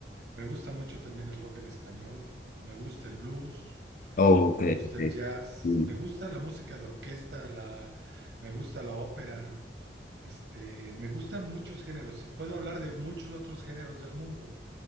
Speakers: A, on the right (about 75°); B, on the left (about 45°).
A: Me gusta mucho también el rock en español, me gusta el blues,
B: Oh, ok,
A: me gusta
B: ok.
A: el jazz,
B: Sí.
A: me gusta la música de orquesta, la, me gusta la ópera, este, me gustan muchos géneros y puedo hablar de muchos otros géneros del mundo,